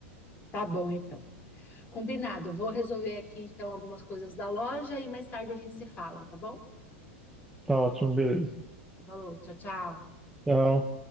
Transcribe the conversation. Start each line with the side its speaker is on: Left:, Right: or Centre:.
Left: Tá bom, então. Combinado. Vou resolver aqui, então, algumas coisas da loja e mais tarde a gente se fala, tá bom?
Centre: Tá ótimo, beleza.
Left: Falou, tchau, tchau.
Centre: Tchau.